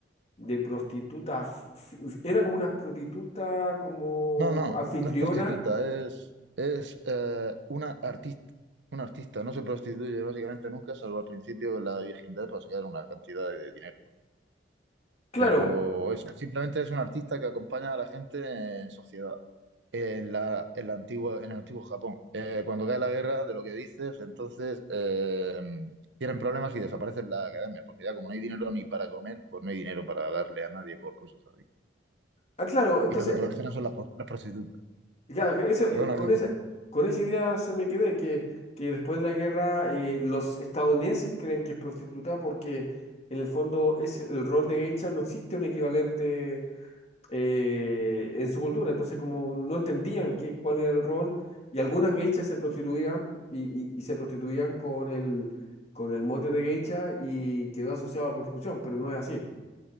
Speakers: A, on the left; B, on the right.
A: de prostituta, fi- era como una prostituta como
B: No, no,
A: anfitriona.
B: no es prostituta, es, es eh, una artista. Una artista no se prostituye básicamente nunca, salvo al principio de la virginidad para sacar una cantidad de dinero.
A: Claro,
B: Pero es- simplemente es un artista que acompaña a la gente en sociedad. En la, en la antigua, en el antiguo Japón. Eh, cuando cae la guerra, de lo que dices, entonces eh, tienen problemas y desaparecen la academia, porque ya como no hay dinero ni para comer, pues no hay dinero para darle a nadie por cosas así.
A: ah, claro, entonces
B: Y lo que proliferan son las, po- las prostitutas.
A: Ya, ok, eso, eh,
B: Perdona
A: con
B: que te
A: esa,
B: interrumpa.
A: con esa idea se me quedé que, que después de la guerra eh, los estadounidenses creen que es prostituta porque en el fondo es el rol de geisha no existe un equivalente eh, en su cultura, entonces como no entendían qué, cuál era el rol y algunas geishas se prostituían y, y- y se prostituían con el, con el mote de geisha y quedó asociado a la prostitución, pero no es así.